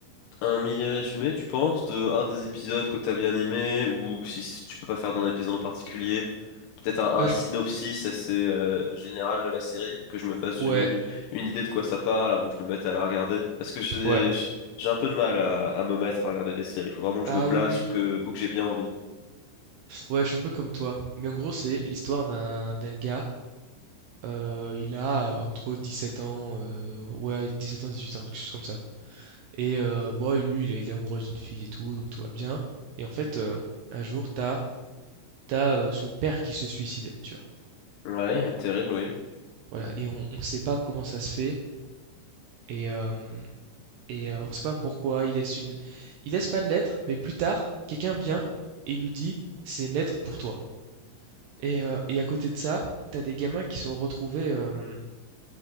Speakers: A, on the left (about 80°); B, on the right (about 75°).
A: Un mini résumé, tu penses, de un des épisodes que t'as bien aimé, ou si s- tu peux pas faire d'un épisode en particulier, peut-être un,
B: Heu,
A: un
B: je
A: synopsis
B: p
A: assez euh, général de la série, que je me fasse
B: ouais,
A: u- une idée de quoi ça parle avant que je me mette à la regarder. Parce que j'ai
B: ouais.
A: j'- j'ai un peu de mal à, à me mettre à regarder des séries. Il faut vraiment que
B: Ah
A: je me place
B: oui, oui.
A: ou que ou que j'ai bien envie.
B: Ouais, je suis un peu comme toi. Mais en gros, c'est l'histoire d'un d'un gars, heu, il a, heu, entre sept ans, heu, ouais sept ans, dix huit ans, quelque chose comme ça. Et euh, bon, bah, lui, il est il est amoureux d'une fille et tout, donc tout va bien. Et en fait, heu, un jour, t'as t'as as, son père qui se suicide, tu vois?
A: Ouais, terrible, oui.
B: Voilà et on on sait pas comment ça se fait et hem et heu, on ne sait pas pourquoi, il laisse une il laisse pas de lettre, mais plus tard, quelqu'un vient et nous dit: «C'est une lettre pour toi» et heu et à côté de ça, t'as des gamins qui sont retrouvés, hem,